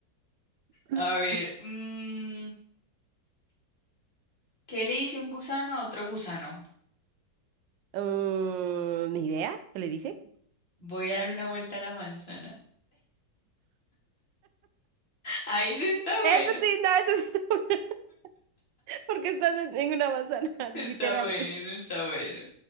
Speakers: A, on the right; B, on the left.
A: <clears throat>
B: A ver, mm, ¿qué le dice un gusano a otro gusano?
A: Mm, ni idea, ¿qué le dice?
B: Voy a dar una vuelta a la manzana. Ahí sí está
A: Eso
B: bueno.
A: sí, no, eso sí, <laughs> porque estás en, en una manzana, <laughs>
B: Está
A: literal.
B: bueno, está bueno.